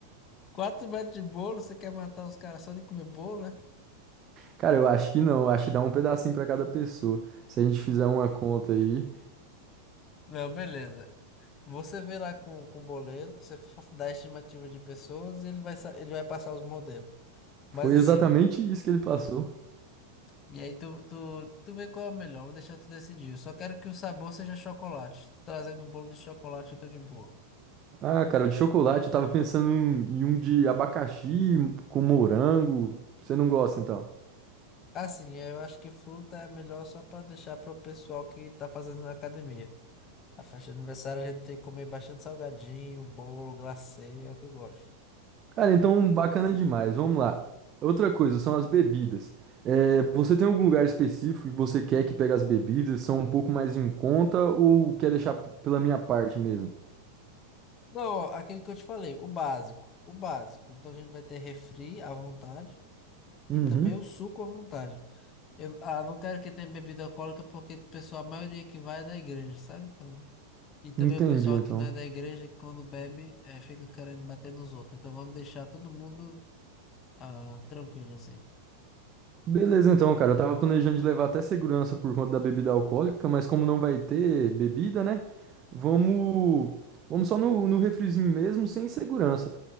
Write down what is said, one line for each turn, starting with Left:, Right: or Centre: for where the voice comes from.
Left: Quatro metros de bolo, você quer matar os caras só de comer bolo, né?
Right: Cara, eu acho que não, eu acho que dá um pedacinho pra cada pessoa. Se a gente fizer uma conta aí,
Left: Não, beleza. Você vê lá com, com o boleiro, você fa- dá a estimativa de pessoas e ele vai, sa- ele vai passar os modelos. Mas
Right: foi
Left: assim,
Right: exatamente isso que ele passou.
Left: e aí tu, tu, tu vê qual é o melhor, vou deixar tu decidir. Eu só quero que o sabor seja chocolate. Tu Trazendo um bolo de chocolate, eu tô de boa.
Right: Ah, cara, de chocolate eu tava pensando em um, em um de abacaxi com morango. Você não gosta, então?
Left: Assim, eu acho que fruta é melhor só pra deixar pro pessoal que tá fazendo na academia. A festa de aniversário a gente tem que comer bastante salgadinho, bolo, glacê, é o que eu gosto.
Right: Cara, então bacana demais. Vamos lá. Outra coisa são as bebidas. É, você tem algum lugar específico que você quer que pegue as bebidas? São um pouco mais em conta ou quer deixar p- pela minha parte mesmo?
Left: Não, ó, aquele que eu te falei, o básico. O básico. Então a gente vai ter refri à vontade
Right: Uhum,
Left: e também o suco à vontade. Eu, ah, não quero que tenha bebida alcoólica porque o pessoal, a maioria que vai é da igreja, sabe? Então, e também
Right: entendi
Left: o pessoal
Right: então.
Left: que não é da igreja, que quando bebe, eh, fica querendo bater nos outros. Então vamos deixar todo mundo ah, tranquilo assim.
Right: Beleza, então, cara. Eu tava planejando de levar até segurança por conta da bebida alcoólica, mas como não vai ter bebida, né? Vamos, vamos só no, no refrizinho mesmo, sem segurança.